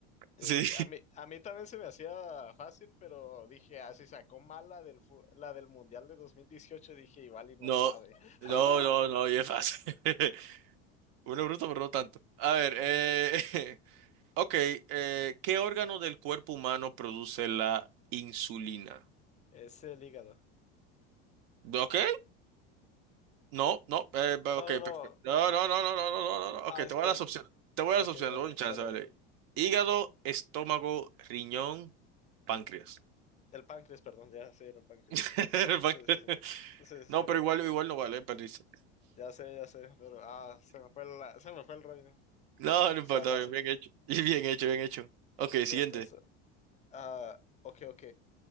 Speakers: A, on the left; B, on the right.
A: Eh,
B: Sí.
A: A mí, a mí también se me hacía fácil, pero dije, ah, si sacó mal la del, fu- la del Mundial de 2018 dije, igual y no
B: No,
A: sabe. <laughs>
B: no, no, no, y es fácil. <laughs> Uno es bruto, pero no tanto. A ver,
A: Ujú.
B: eh, <laughs> ok, eh, ¿qué órgano del cuerpo humano produce la insulina?
A: Es el hígado.
B: Ok, no, no, eh, va,
A: No,
B: ok,
A: no, no.
B: perfecto. No, no, no, no, no, no, no, no,
A: Ah,
B: no. Ok,
A: espérate.
B: te voy a dar las opciones. Te voy a
A: Ah,
B: dar
A: Ok,
B: las opciones,
A: dale,
B: doy un chance,
A: dale.
B: vale. Hígado, estómago, riñón, páncreas.
A: El páncreas, perdón. Ya sé, el páncreas,
B: <laughs>
A: perdón.
B: El Páncreas.
A: Sí, sí, sí. Sí, sí, sí.
B: No, pero igual, igual no vale, perdiste.
A: Ya sé, ya sé, pero ah, se me fue la, se me fue el rollo.
B: No, no
A: Estaba
B: importa,
A: fácil.
B: bien bien hecho. <laughs> Bien hecho, bien hecho. Ok,
A: Ya
B: siguiente.
A: está, está. Ah, ok, ok.